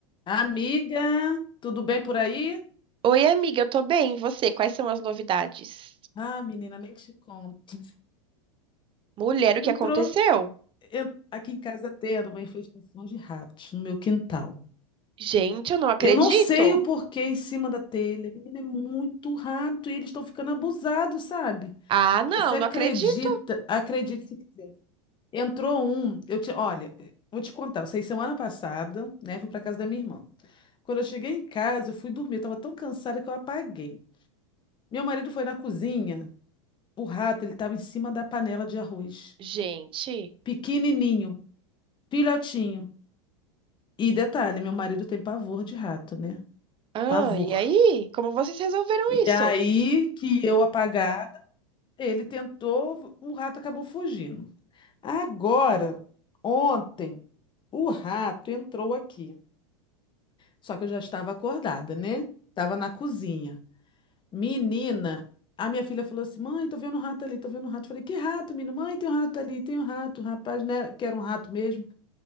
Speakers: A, on the left; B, on the right.
A: Amiga, tudo bem por aí?
B: Oi, amiga, eu tô bem. E você? Quais são as novidades?
A: Ah, menina, nem te conto.
B: Mulher, o
A: Entrou,
B: que aconteceu?
A: en- aqui em casa tendo uma infestação de ratos no meu quintal.
B: Gente, eu não acredito.
A: Eu não sei o porquê em cima da telha. Menina, é muito rato e eles estão ficando abusados, sabe?
B: Ah, não,
A: Você acredita?
B: não acredito.
A: Acredite se quiser. Entrou um, eu te, olha, vou te contar. Eu sei semana passada, né? Fui para casa da minha irmã. Quando eu cheguei em casa, eu fui dormir. Eu tava tão cansada que eu apaguei. Meu marido foi na cozinha O rato, ele estava em cima da panela de arroz.
B: Gente.
A: Pequenininho, filhotinho. E detalhe, meu marido tem pavor de rato, né?
B: Ah,
A: Pavor.
B: e aí? Como vocês resolveram
A: E
B: isso?
A: aí que eu apagada, ele tentou, o rato acabou fugindo. Agora, ontem, o rato entrou aqui. Só que eu já estava acordada, né? Estava na cozinha. Menina, a minha filha falou assim: Mãe, tô vendo um rato ali, tô vendo um rato. Falei: Que rato, menino? Mãe, tem um rato ali, tem um rato. Rapaz, né? Que era um rato mesmo.